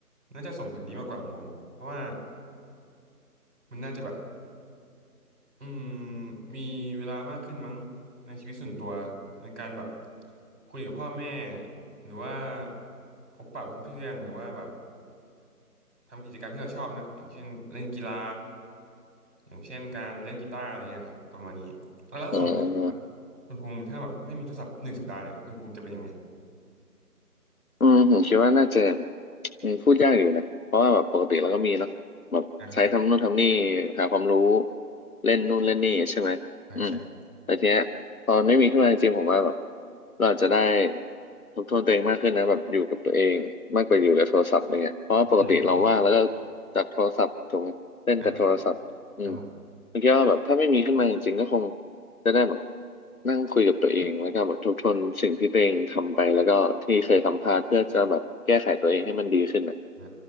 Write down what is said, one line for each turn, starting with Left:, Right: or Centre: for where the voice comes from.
Right: น่าจะส่งผลดีมากกว่าของผมเพราะว่ามันน่าจะแบบ อืมมีเวลามากขึ้นมั้งในชีวิตส่วนตัวในการแบบคุยกับพ่อแม่หรือว่าพบปะเพื่อนๆหรือว่าแบบทำกิจกรรมที่เราชอบนะอย่างเช่นเล่นกีฬาอย่างเช่นการเล่นกีตาร์อะไรเงี้ยครับประมาณนี้แล้วของคุณแบบ
Left: อืม
Right: คุณภูมิถ้าแบบไม่มีโทรศัพท์หนึ่งสัปดาห์เนี่ยคุณภูมิจะเป็นยังไง
Left: อืมผมคิดว่าน่าจะอืมพูดยากอยู่นะเพราะว่าแบบปกติเราก็มีเนาะแบบใช้ทำนู่นทำนี่
Right: นะครับ
Left: หาความรู้เล่นนู่นเล่นนี่ใช่ไหมอืม
Right: อ่าใช่
Left: แต่ทีเนี้ยตอนไม่มีขึ้นมาจริงๆผมว่าแบบเราอาจจะได้ทบทวนตัวเองมากขึ้นนะแบบอยู่กับตัวเองมากกว่าอยู่กับโทรศัพท์อะไรเงี้ยเพราะว่าปกติเราว่างแล้วก็
Right: อม
Left: จับโทรศัพท์ถูกไหมเล่นแต่โทรศัพท์อืม
Right: อ่าครับผม
Left: ผมคิดว่าแบบถ้าไม่มีขึ้นมาจริงๆก็คง จะได้แบบนั่งคุยกับตัวเองแล้วก็แบบทบทวนสิ่งที่ตัวเองทำไปแล้วก็ที่เคยทำพลาดเพื่อจะแบบแก้ไขตัวเองให้มันดีขึ้นอ่ะ
Right: อ่า